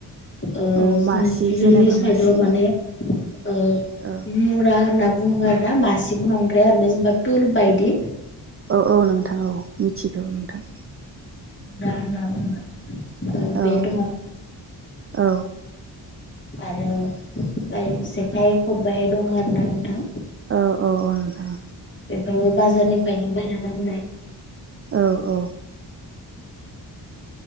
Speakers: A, on the left; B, on the right.
A: ओ
B: औ
A: जों
B: मासि
A: जोंनि
B: जेनेबा
A: साइदाव
B: मासि
A: माने ओ
B: औ
A: मुरा होनना बुङो आरो ना मासिबो नंद्राया आरोना जेनेबा टुल बायदि
B: औ औ नोंथां औ मिथिगौ नोंथां
A: ब्रा होनना बुङो बे
B: औ
A: दङ
B: औ
A: आरो फाय जेखाइ खबाइ दं आरोना नोंथां
B: औ औ औ नथां
A: बेफोरबो बाजारनिफ्रायनो बायना लाबोनाय
B: औ औ